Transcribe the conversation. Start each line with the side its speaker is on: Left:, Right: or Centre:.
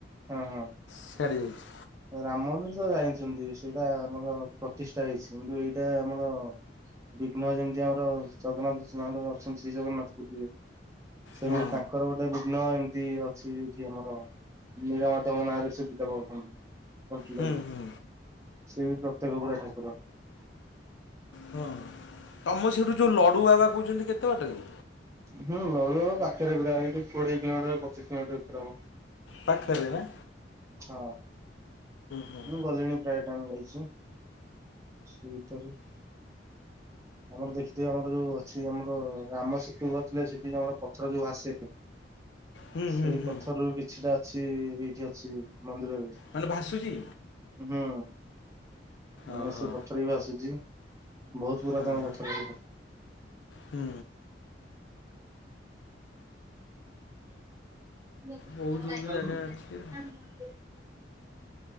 Right: ହଁ ହଁ।
Left: ସିଆଡ଼େ ଯାଇଛି
Right: ରାମ ମନ୍ଦିର ତ ଜାଇଛନ୍ତି ସେଇଟା ଆମର ପ୍ରତିଷ୍ଠା ହେଇଛି କିନ୍ତୁ ଏଇଟା ଆମର। ବିଘ୍ନ ଯେମିତି ଆମର ଜଗନ୍ନାଥ ଶ୍ରୀମନ୍ଦିର ରେ ଅଛନ୍ତି ଶ୍ରୀ ଜଗନ୍ନାଥ ପୁରୀରେ। ସେମିତି
Left: ହଁ
Right: ତାଙ୍କର ଗୋଟେ ବିଘ୍ନ ଏମିତି ଅଛି ଏଇଠି ଆମର। ନିଳ ମାଧବ ନାରେ ସେ ପୁଜା ପାଉଛନ୍ତି। କଣ୍ଟିଲୋ
Left: ହୁଁ
Right: ରେ
Left: ହୁଁ
Right: ସେ ବି ପ୍ରତ୍ୟେକ୍ଷ ପୁରା ଠାକୁର।
Left: ହଁ ତମ ସେଠୁ ଯୋଉ ଲଡୁ ବାବା କହୁଛନ୍ତି କେତେ ବାଟେ କି?
Right: ହୁଁ ଲଡୁ ବାବା ପାଖରେ ପୁରା ଏଇଠୁ କୋଡିଏ କିଲୋମିଟର ପଚିଶି କିଲୋମିଟର ଭିତରେ ହବ।
Left: ପାଖରେ ବା।
Right: ହଁ
Left: ହୁଁ
Right: ମୁଁ ଗଲିଣି। ପ୍ରାଏ ଟାଇମ୍ ମୁଁ ଜାଇଛି ସେ ଭିତେରେ। ଆମର ଦେଖି ଥିବେ ଆମର ଯୋଉ ଅଛି। ସେଠି ଆମର ରାମ ସେତୁ ନଥିଲେ ସେଠି ଆମର ପଥର ଯୋଉ ଭାସେ।
Left: ହୁଁ
Right: ସେଇ
Left: ହୁଁ ହୁଁ
Right: ପଥରରୁ କିଛିଟା ଅଛି ଏଇଠି ଅଛି ମନ୍ଦିରରେ।
Left: ମାନେ ଭାସୁଛି।
Right: ଉଁ ହୁଁ। ମାନେ
Left: ଓହୋ
Right: ସେ ପଥର ବି ଆସୁଛି ବହୁତ ପୁରା
Left: ହଁ
Right: ତମ
Left: ହଁ
Right: ପଥର
Left: ହୁଁ
Right: <unintelligible>
Left: ବହୁତ ବହୁତ ଜାଗା ଅଛି ଆଉ